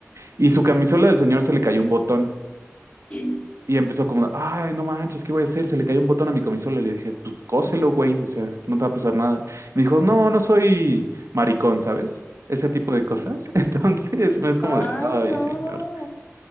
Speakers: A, on the right (about 70°); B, on the left (about 25°).
A: Y su camisola del señor se le cayó un botón
B: <clears throat>
A: y empezó como, ay, no manches, ¿qué voy a hacer? Se le cayó un botón a mi camisola y le dije, pues cóselo, güey, o sea, no te va a pasar nada. Me dijo, no, no soy maricón, ¿sabes? Ese tipo de cosas. <laughs> Entonces es como
B: Ay,
A: de, ay,
B: no.
A: señor.